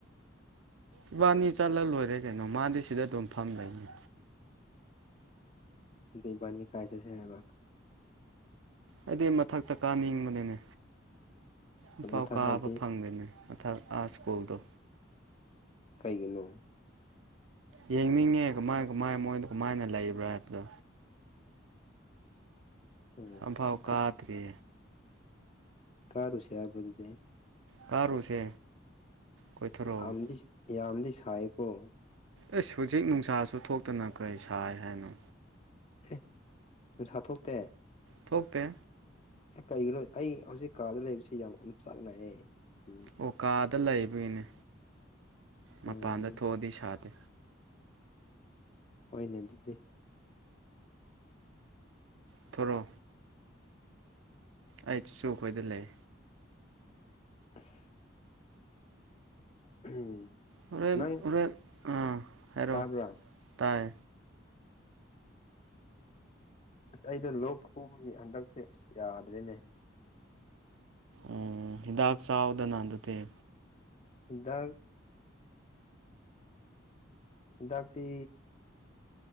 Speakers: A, on the right; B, on the left.
A: ꯏꯕꯥꯅꯤ ꯆꯠꯂ ꯂꯣꯏꯔꯦ ꯀꯩꯅꯣ ꯃꯥꯗꯤ ꯁꯤꯗ ꯑꯗꯨꯝ ꯐꯝꯗꯣꯏꯅꯤ
B: ꯗꯤ ꯄꯅꯤ ꯈꯥꯏꯁꯁꯦ ꯍꯥꯏꯦꯕ
A: ꯑꯩꯗꯤ ꯃꯊꯛꯇ ꯀꯥꯅꯤꯡꯕꯅꯤꯅꯦ ꯏꯐꯥꯎ
B: ꯃꯊꯛ
A: ꯀꯥꯕ
B: ꯍꯥꯏꯗꯤ
A: ꯐꯪꯗꯣꯏꯅꯦ ꯑꯊ ꯑ ꯁ꯭ꯀꯨꯜꯗ
B: ꯀꯥꯏꯒꯤꯅꯣ
A: ꯌꯦꯡꯅꯤꯡꯉꯦ ꯀꯃꯥꯏ ꯀꯃꯥꯏ ꯃꯣꯏꯗ ꯀꯃꯥꯏꯅ ꯂꯩꯕ꯭ꯔꯥ ꯍꯥꯏꯕꯗꯣ
B: ꯎꯝ
A: ꯑꯝꯐꯥꯎ ꯀꯥꯗ꯭ꯔꯤ
B: ꯀꯥ ꯀꯥꯔꯨ ꯎꯆ ꯍꯥꯏꯕꯗꯗꯤ
A: ꯀꯥꯔꯨꯁꯦ ꯀꯣꯏꯊꯣꯔꯛꯑꯣ
B: ꯌꯥꯝꯗꯤ ꯌꯥꯝꯗꯤ ꯁꯥꯏꯀꯣ
A: ꯑꯦꯁ ꯍꯧꯖꯤꯛ ꯅꯨꯡꯁꯥꯁꯨ ꯊꯣꯛꯇꯅ ꯀꯔꯤ ꯁꯥꯏ ꯍꯥꯏꯅꯣ
B: ꯑꯦ ꯁꯨꯝ ꯁꯥꯠꯇꯣꯛꯇꯦ
A: ꯊꯣꯛꯄꯦ
B: ꯑꯦ ꯀꯩꯒꯤꯅꯣ ꯑꯩ ꯍꯧꯖꯤꯛ ꯀꯥꯗ ꯂꯩꯕꯕꯁꯤꯦ ꯌꯥꯝ ꯆꯥꯛꯅꯑꯦ ꯎꯝ
A: ꯑꯣꯀꯥꯗ ꯂꯩꯕꯒꯤꯅꯦ ꯃꯄꯥꯟꯗ
B: ꯎꯝ
A: ꯊꯣꯛꯑꯗꯤ ꯁꯥꯗꯦ
B: ꯍꯅꯦ ꯑꯗꯨꯗꯤ
A: ꯄ ꯊꯊ꯭ꯔꯣ ꯑꯩ ꯆꯁꯨ ꯑꯩꯈꯣꯏꯗ ꯂꯩ
B: <inaudible> ꯎꯝ
A: ꯑꯣꯔ
B: ꯅꯪ
A: ꯑꯣꯔ ꯑꯥ ꯍꯥꯏꯔꯣ
B: ꯇꯥꯕ꯭ꯔꯥ
A: ꯇꯥꯏ
B: ꯑꯁ ꯑꯩꯗꯣ ꯂꯣꯛ ꯈꯨꯕꯒꯤ ꯍꯟꯗꯛꯁꯦ ꯑꯁ ꯌꯥꯗ꯭ꯔꯦꯅꯦ
A: ꯎ ꯍꯤꯗꯥꯛ ꯆꯥꯎꯗꯅ ꯑꯗꯨꯗꯤꯦ
B: ꯍꯤꯗꯥꯛ ꯍꯤꯗꯥꯛꯇꯤ